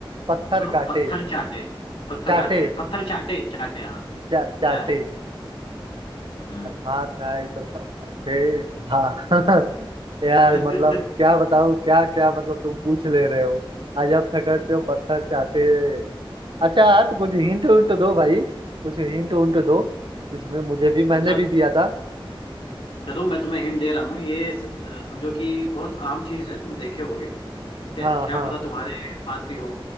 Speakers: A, on the right; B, on the left.
A: पत्थर
B: तो
A: काटे
B: पत्थर चाटे पत्थर
A: चाटे
B: काटे पत्थर चाटे चाटे हाँ
A: चा, चाटे
B: क्या है हम्म
A: हाँ खाए तो सब खाते हाँ <laughs> यार
B: <laughs>
A: मतलब क्या बताऊँ क्या क्या मतलब तुम पूछ ले रहे हो आज आप थकड़ते हो पत्थर चाहते अच्छा यार कुछ हिंट उंट दो भाई कुछ हिंट उंट दो इसमें मुझे भी
B: अच्छा
A: मैंने भी दिया था
B: चलो मैं तुम्हें हिंट दे रहा हूँ ये स- समझो कि बहुत आम चीज है तुम देखे होगे ठीक
A: हाँ
B: है क्या
A: हाँ
B: पता तुम्हारे पास भी हो